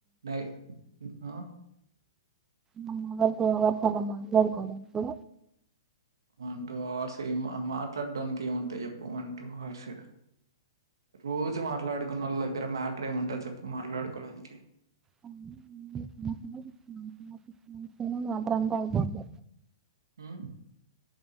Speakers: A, on the right (about 80°); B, on the right (about 20°).
A: నై ఆ
B: మా <unintelligible> మాట్లాడుకోదంటే
A: వన్ టూ అవర్స్ ఏం మ మాట్లాడ్డానికి ఏముంటాయ్ జెప్పు వన్ టూ ఆర్సే రోజు మాట్లాడుకున్న వాళ్ళ దగ్గర మ్యాటర్ ఏముంటది చెప్ మాట్లాడుకోడానికి
B: <unintelligible> అంతరంగైపోద్ది
A: మ్మ్